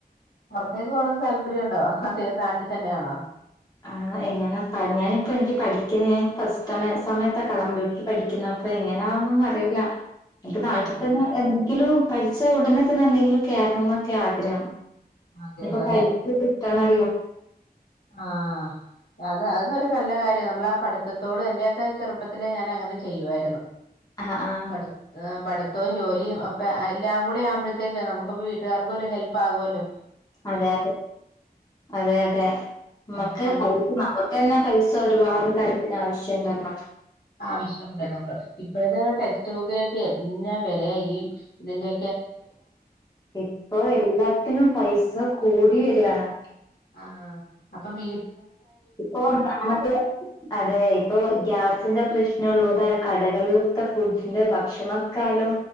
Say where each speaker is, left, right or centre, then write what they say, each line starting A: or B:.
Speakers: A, on the left; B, on the left.
A: പുറത്തേക്ക് പോകണംന്ന് താല്പര്യംണ്ടോ അതെ നാട്ടിൽ തന്നെയാണോ?
B: ആ എങ്ങനെ ഞാനിപ്പോ എനിക്ക് പഠിക്കുന്ന ഞാൻ ഫസ്റ്റ് സമ സമയത്ത കമ്പ്യൂട്ടർ പഠിക്കുന്ന അപ്പൊ എങ്ങന ആവുന്നോന്നും അറിയൂല്ല. എനിക്ക് നാട്ടി
A: ഏഹ്
B: തന്നെ എന്തെങ്കിലും പഠിച്ച ഉടനെ തന്നെ എന്തെങ്കിലും കേറണോന്നൊക്കെയ ആഗ്രഹം.
A: ആഗ്രഹം
B: ഇപ്പൊ പഠിപ്പ് തണല് ലു
A: ആ അത് അതോരു നല്ല കാര്യാ നമ്മൾ പഠിത്തത്തോട് എന്റെയോക്കെ ചെറുപ്പത്തില് ഞാൻ അങ്ങനെ ചെയ്യുവായിരുന്നു
B: ആ ആ
A: പട്ത്താ പട്‌ത്തവും ജോലിയും ഒക്കെ എല്ലാം കൂടെ ആവുമ്പോഴത്തേക്ക് നമുകും വീട്ടുകാർകോരു ഹെൽപ് ആകുല്ലോ
B: അതെതെ അതെ അതെ മ്മക്ക്
A: ആഹ് കമ്പ്യൂട്ടർ
B: പൈസ നമുക്കന്നെ പൈസ ഒരുപാട് ൽത്തി ആവശ്യണ്ടല്ലോ
A: ആവശ്യമുണ്ട് നമ്മൾ ഇപ്പോഴത്തെ ടെക്സ്റ്റ് ബുക്കിലൊക്കെ എന്നാ വേലയാ ഈ ഇതിന്റെ
B: ഇപ്പൊ എല്ലാത്തിനും പൈസ കൂടി വരാണ്
A: ആ അപ്പൊ വീ
B: ഇപ്പോ <unintelligible> ന അതെ ഇപ്പോ ഗ്യാസിന്റെ പ്രശ്ന ള്ളോടായ കടകളിലത്തെ ഫ്രൂട്സിന്റെ ഭക്ഷണക്കാലും